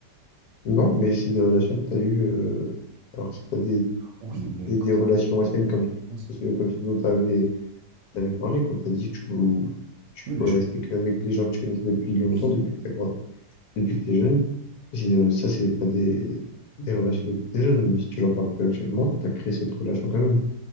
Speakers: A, on the left; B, on the right.
A: Non, mais c'est des relations que tu as eues, euh, alors que c'est pas des
B: Oui, mais
A: et
B: quand
A: des relations anciennes
B: je-
A: comme,
B: on se-
A: ce- comme ce dont tu avais, parlé, quoi. Tu as dit que tu, vou- tu
B: Oui, mais
A: pourrais
B: je...
A: rester qu'avec les gens que tu connaissais depuis longtemps,
B: Oui,
A: depuis que tu depuis que t'es jeune. Et c'est des- ça, c'est pas des, des relations depuis que t'es jeune, même si tu leur parles plus actuellement, tu as créé cette relation quand même.